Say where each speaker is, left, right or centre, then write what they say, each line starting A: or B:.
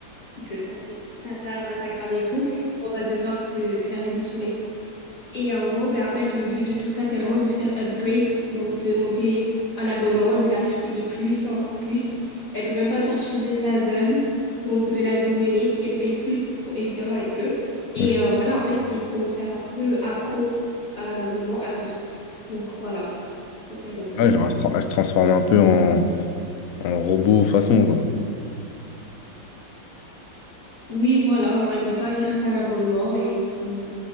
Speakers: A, on the left (about 45°); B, on the left (about 75°).
A: écoute, ça, ça, ça va s'aggraver et tout. On va devoir te, te faire démissionner. Et en gros, ben, en fait, le but de tout ça, c'est vraiment de le faire upgrade, donc de monter un abonnement, de la faire payer plus, encore plus. Elle peut même pas sortir de sa zone, donc de la ville où elle est. Si elle paye plus, oh, évidemment, elle peut. Et
B: Mhm.
A: euh, voilà, en fait, c'est pour nous faire un peu accro à un abonnement à vie. Donc voilà, ça c'est un exemple.
B: Ouais, genre, elle se, tra- elle se transforme un peu en, en robot façon, quoi.
A: Oui, voilà, genre elle peut pas vivre sans abonnement et si